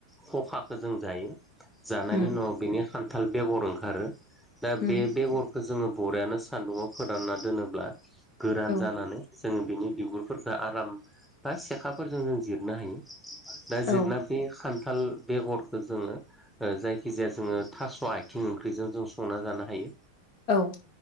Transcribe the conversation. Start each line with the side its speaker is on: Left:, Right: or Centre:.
Centre: खखाखो जों जायो। जानायनि
Left: उम
Centre: उनाव बेनि खान्थाल बेगर ओंखारो दा
Left: उम
Centre: बे बेगरखो जोङो बरियानो सान्दुआव फोरानना दोनोब्ला गोरान
Left: औ
Centre: जानानै जोङो बिनि बिगुरफोरखो आराम बा सेखाफोरजों जों जिरनो हायो। दा
Left: औ
Centre: जिरना बे खान थाल बेगरखो जोङो ओ जायखिजाया जोङो थास' आथिं ओंख्रिजों जों संना जानो हायो।
Left: औ